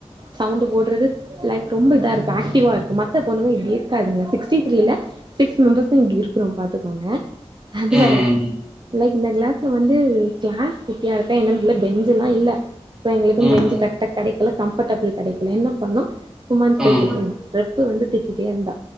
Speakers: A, on the right; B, in the centre.
A: சவுண்ட் போட்றது லைக் ரொம்ப இதா இருப்பே ஆக்டிவா இருப்போ மத்த பொண்ணுங்க இப்டியே காதுங்க சிக்ஸ்டி த்ரீல சிக்ஸ் மெம்பர்ஸ் தா இப்டி இருக்குறோம் பாத்துக்கோங்க அது
B: ம்
A: வேற லைக் இந்த கிளாஸ்ல வந்து கிளாஸ் குட்டியா இருக்கா என்னன்ன உள்ள பெஞ் சுல்லா இல்ல இப்ப எங்களுக்கு
B: ம்
A: பென்ஞ்சு கர்டா கடைக்குல கம்பர்டபிள் கடைக்கில என்ன பண்ணோ உமன்ஸ் பேசிட்டேணும்
B: ம் ம்
A: ரெப்பு வந்து திட்டிட் ஏந்தா